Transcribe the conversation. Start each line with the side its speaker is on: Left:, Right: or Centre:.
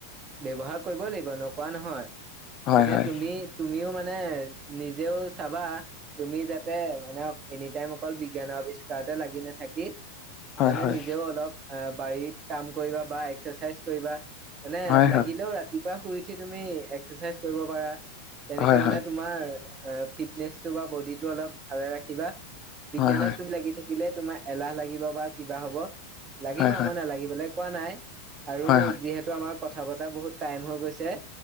Right: ব্যৱহাৰ কৰিব লাগিব নকৱা নহয়
Left: হয়,
Right: এতিয়া
Left: হয়,
Right: তুমি তুমিও মানে নিজেও চাবা তুমি যাতে মানে এনি টাইম অকল বিজ্ঞানৰ আৱিষ্কাৰতে লাগি নাথাকি
Left: হয়,
Right: মানে
Left: হয়,
Right: নিজেও অলপ বাৰীত কাম কৰিবা বা এক্সাৰচাইজ কৰিবা মানে
Left: হয়,
Right: লাগিলেও
Left: হয়,
Right: ৰাতিপুৱা শুই উঠি তুমি এক্সাৰচাইজ কৰিব পাৰা তেনেকে
Left: হয়,
Right: মানে
Left: হয়,
Right: তোমাৰ ফিটনেচ বা বডিটো অলপ ভালে ৰাখিবা বিজ্ঞানত
Left: হয়, হয়,
Right: তুমি লাগি থাকি কিলে তোমাৰ এলাহ লাগিব বা কিবা হব লাগিবা
Left: হয়, হয়,
Right: মই নালাগিবলে কোৱা নাই আৰু
Left: হয়, হয়,
Right: যিহেতু আমাৰ কথা বতৰা বহুত টাইম হৈ গৈছে